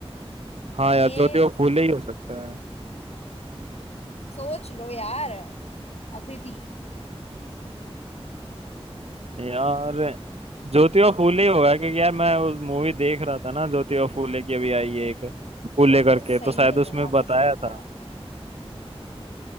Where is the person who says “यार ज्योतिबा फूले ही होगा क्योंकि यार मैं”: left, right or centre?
Right